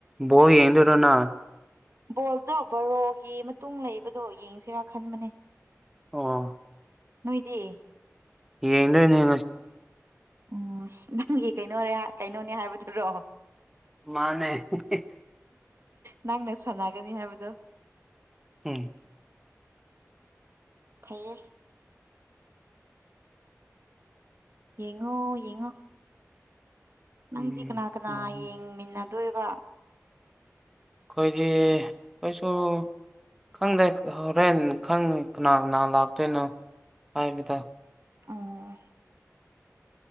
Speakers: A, in the centre; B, on the right (about 55°).
A: ꯕꯣꯜ ꯌꯦꯡꯗꯣꯏꯔ ꯅ
B: ꯕꯣꯜꯗꯣ ꯕꯔꯣꯒꯤ ꯃꯇꯨꯡ ꯂꯩꯕꯗꯣ ꯌꯦꯡꯁꯤꯔꯥ ꯈꯟꯕꯅꯦ
A: ꯑꯣ
B: ꯅꯣꯏꯗꯤ
A: ꯌꯦꯡꯗꯣꯏꯅꯤ
B: ꯎꯝ ꯅꯪꯒꯤ ꯀꯩꯅꯣꯔꯥ ꯀꯩꯅꯣꯅꯦ ꯍꯥꯏꯕꯗꯨꯔꯣ
A: ꯃꯥꯟꯅꯦ ꯍꯤ ꯍꯤ
B: ꯅꯪꯅ ꯁꯥꯟꯅꯒꯅꯤ ꯍꯥꯏꯕꯗꯣ
A: ꯎꯝ
B: ꯐꯩꯌꯦ ꯌꯦꯡꯉꯣ ꯌꯦꯡꯉꯣ ꯅꯪꯗꯤ
A: ꯑꯩꯈꯣꯏꯗꯤ
B: ꯀꯅꯥ ꯀꯅꯥ ꯌꯦꯡꯃꯤꯟꯅꯗꯣꯏꯕꯥ
A: ꯈꯣꯏꯒꯤ ꯈꯣꯏꯁꯨ ꯈꯪꯗꯦ ꯍꯣꯔꯦꯟ ꯈꯪꯅꯤ ꯀꯅꯥ ꯀꯅꯥ ꯂꯥꯛꯇꯣꯏꯅꯣ ꯍꯥꯏꯕꯗꯣ
B: ꯑꯣ